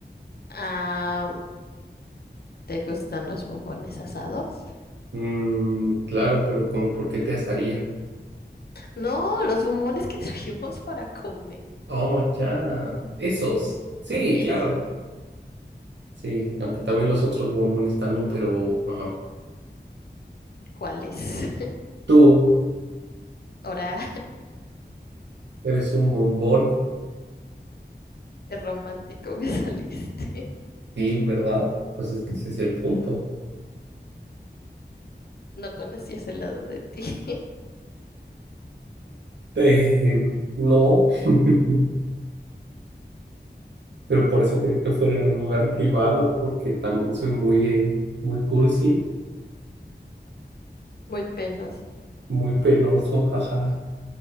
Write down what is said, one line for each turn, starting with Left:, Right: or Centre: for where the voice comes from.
Left: Ah, ¿te gustan los bombones asados?
Right: Mm, claro, pero como por qué te asaría?
Left: No, los bombones que <laughs> trajimos para comer.
Right: Oh, ya. Esos. Sí,
Left: Eso,
Right: claro. Sí, aunque también los otros bombones también, pero ajá.
Left: ¿cuáles? <laughs>
Right: Tú
Left: Ahora.
Right: eres un bombón.
Left: Qué romántico me saliste. <laughs>
Right: Sí, ¿verdad? Pues es que ese es el punto.
Left: No conocías el lado de ti. <laughs>
Right: Eh, no, <laughs> pero por eso quería que fuera en un lugar privado, porque también soy muy, eh, muy cursi,
Left: Muy penoso
Right: muy penoso, ajá.